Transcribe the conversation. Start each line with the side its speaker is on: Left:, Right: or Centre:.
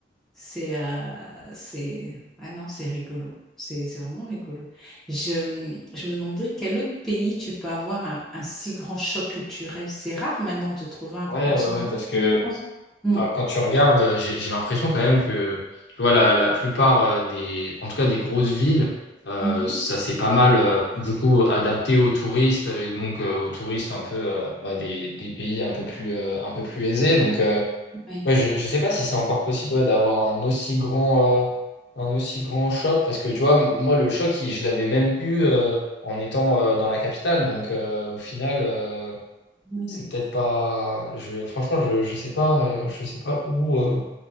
Centre: C'est euh, c'est ah non, c'est rigolo. C'est c'est vraiment rigolo. Je, je me demandais quel autre pays tu peux avoir un, un si grand choc culturel. C'est rare maintenant de trouver un
Left: Ouais,
Centre: continent.
Left: ouais, ouais, parce que
Centre: Je pense- Mm.
Left: enfin, quand tu regardes, euh, j'ai j'ai l'impression quand même que tu vois, la, la plupart euh, des, en tout cas des grosses villes, euh,
Centre: Mhm.
Left: ça s'est pas mal euh, du coup adapté aux touristes et donc euh, aux touristes un peu euh, bah, des, des pays un peu plus, euh, un peu plus aisés. Donc, euh,
Centre: Oui.
Left: Ouais, je ne sais pas si c'est encore possible ouais, d'avoir un aussi grand, euh, un aussi grand choc, parce que tu vois, m- moi, le choc, il- je l'avais même eu euh, en étant euh, dans la capitale. Donc, euh, au final, euh,
Centre: Ouais,
Left: c'est peut-être pas. Je, franchement, je ne sais pas, euh, je sais pas où euh,